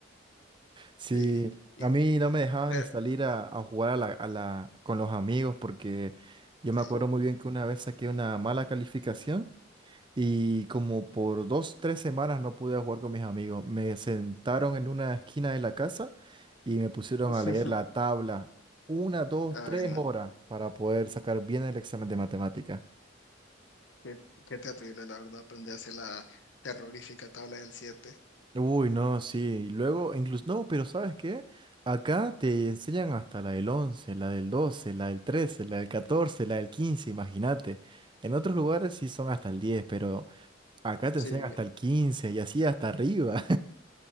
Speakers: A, on the right; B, on the left.
A: Sí,
B: Sí, y,
A: a
B: güey,
A: mí no me dejaban
B: pero,
A: ni salir a, a jugar a la, a la, con los amigos porque yo
B: sí.
A: me acuerdo muy bien que una vez saqué una mala calificación. Y como por dos, tres semanas no pude jugar con mis amigos. Me sentaron en una esquina de la casa y me pusieron
B: <laughs>
A: a leer la tabla. Una, dos,
B: Ay,
A: tres
B: no,
A: horas para poder sacar bien el examen de matemática.
B: qué, qué terrible, la verdad, aprenderse la terrorífica tabla del siete
A: Uy, no, sí. Y Luego, incluso, no, pero ¿sabes qué? Acá te enseñan hasta la del once la del doce la del trece la del catorce la del quince imagínate. En otros lugares sí son hasta el diez pero acá te
B: Sí,
A: enseñan hasta el 15 y así hasta arriba.